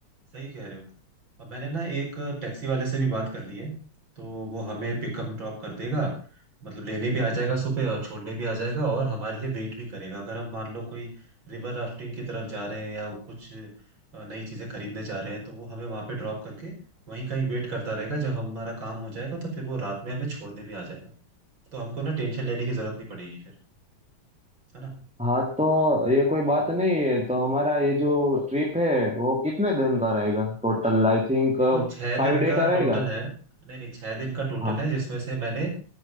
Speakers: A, on the right; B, in the centre.
A: सही कह रहे हो और मैंने ना एक टैक्सी वाले से भी बात कर ली है तो वो हमें पिकअप ड्रॉप कर देगा मतलब लेने भी आ जाएगा सुबह और छोड़ने भी आ जाएगा और हमारे लिए वेट भी करेगा अगर हम मान लो कोई रिवर राफ्टिंग की तरफ जा रहे हैं या कुछ अ, नई चीजें खरीदने जा रहे हैं तो वो हमें वहां पे ड्रॉप करके वहीं कहीं वेट करता रहेगा जब हमारा काम हो जाएगा तो फिर वो रात में हमें छोड़ने भी आ जाएगा तो हमको ना टेंशन लेने की जरूरत नहीं पड़ेगी फिर है ना
B: हाँ तो ये कोई बात नहीं है तो हमारा ये जो ट्रिप है वो कितने दिन का रहेगा total I think
A: देखो छह
B: five
A: दिन
B: day
A: का
B: का रहेगा
A: टोटल है नहीं नहीं छह दिन का टोटल
B: हाँ
A: है जिसमें से मैंने अ,